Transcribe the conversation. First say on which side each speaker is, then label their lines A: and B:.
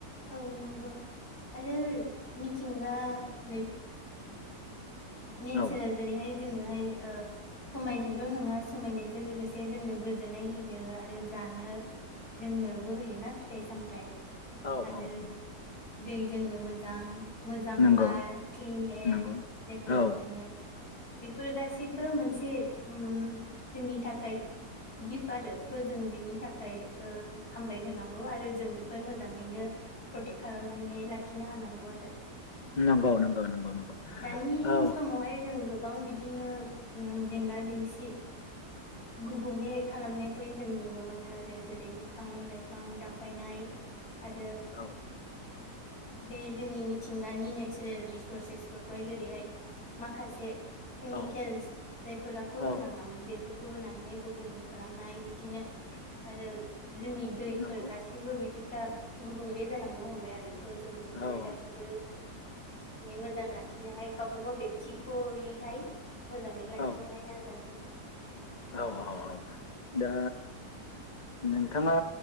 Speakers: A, on the left; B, on the left.
A: औ नंगौ आरो मिथिंगा <unintelligible> नेसार
B: औ
A: आ जेरैहाय जोङोहाय समायनायल' नङा समायनायजों लोगोसे जोंनो गोजोननाय होयो आरो जानो लोंनोबो होयो ना फिथाइ -सामथाइ।
B: औ
A: आरो
B: औ औ।
A: दै लोंनो मोजां। मोजां
B: नंगौ
A: बार क्लिन एर
B: नंगौ
A: <unintelligible> <unintelligible> जों
B: औ
A: होनो बेफोर गासैबो मोनसे उम जोंनि थाखै गिफ्ट आरो थ' जों बिनि थाखै ओ हामबाय होनांगौ आरो जों बेखौहाय मोजाङैनो प्रटेक्ट खालामनानै लाखिनो हानांगौ आरो।
B: नंगौ नंगौ नंगौ नंगौ
A: दानि
B: औ।
A: समावहाय जों गोबां बिदिनो उम जेंना- जेंसि गुबुंले खालामनायखौहाय जों नुनो मोनो आरो जेरै बिफां- लाइफां दामफायनाय आरो
B: औ
A: बे जोंनि मिथिंगानि नेचारेल रिसर्सेसफोरखौहाय जेरैहाय माखासे केमिकेल्स
B: औ
A: जायफोराखौ होनाङामोन
B: औ
A: बे <unintelligible> होनानैहाय गुबुंले खालामनाय बिदिनो आरो जोंनि दैफोर
B: नंगौ
A: गासिबो बिदि <unintelligible> गुबुंले जालांनो हमबाय आरो। थ' जों बेखौहाय
B: औ
A: गासिबो <unintelligible> मोजां लाखि <unintelligible> बेक्थिख'यै हाय मोजाङै लाखिनोहाय
B: औ
A: नाजानांगौ।
B: औ औ औ दा नोंथाङा